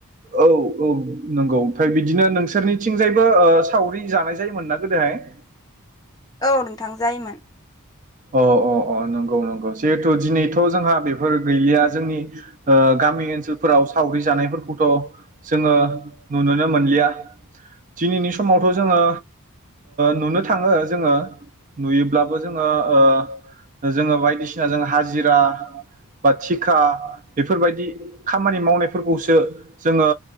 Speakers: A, on the right; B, on the left.
A: औ औ नंगौ ओमफ्राय बिदिनो नोंसोरनिथिंजायबो ओ सावरि जानाय जायोमोन ना। <unintelligible>
B: औ नोंथां जायोमोन।
A: अ अ अ नंगौ नंगौ जिहेथु दिनैथ' जोंहा बेफोर गैलिया जोंनि गामि ओनसोलफोराव सावरि जानायफोरखौथ' जोङो नुुनोनो मोनलिया। दिनैनि समावथ' जोङो नुनो ओ थाङो जोङो नुयोब्लाबो जोङो ओ ओ जोङो बायदिसिना जो हाजिरा बा थिखा बेफोरबादि खामानि मावनायफोरखौसो जोङो